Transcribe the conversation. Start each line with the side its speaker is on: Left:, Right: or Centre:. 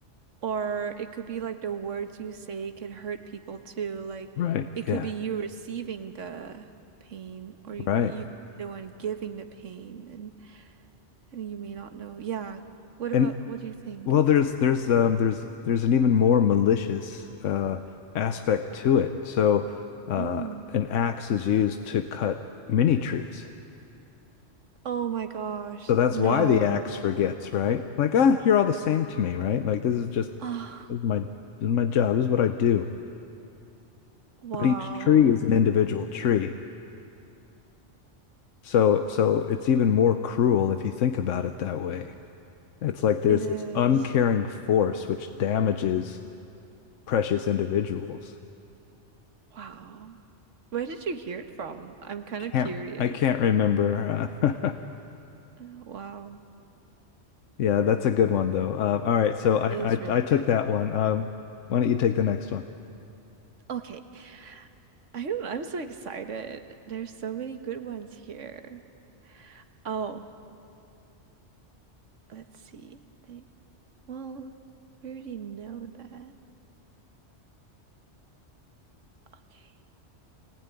Right: Or it could be like the words you say could hurt people too. Like
Left: Right.
Right: it could
Left: Yeah.
Right: be you receiving the pain, or you,
Left: Right.
Right: you could be the one giving the pain, and and you may not know. Yeah. What about
Left: And
Right: what do you think?
Left: well, there's there's um there's there's an even more malicious uh aspect to it. So uh
Right: Mm.
Left: an axe is used to cut mini trees.
Right: Oh my gosh.
Left: So that's
Right: No.
Left: why the axe forgets, right? Like, ah, you're all the same to me, right? Like this is just
Right: Ah.
Left: this is my this is my job. This is what I do.
Right: wow.
Left: But each tree is an individual tree. So so it's even more cruel if you think about it that way. It's like there's
Right: It is.
Left: this uncaring force which damages precious individuals.
Right: Wow. Where did you hear it from? I'm kind of
Left: Can't
Right: curious.
Left: I can't remember. Uh,
Right: Uh, Wow.
Left: <laughs> yeah, that's a good one though. Uh, all right, so
Right: It
Left: I,
Right: is
Left: I
Right: really
Left: I took
Right: good.
Left: that one. Um, why don't you take the next one?
Right: Okay. I don't, I'm so excited. There's so many good ones here. Oh, let's see. Think. Well, we already know that. Okay,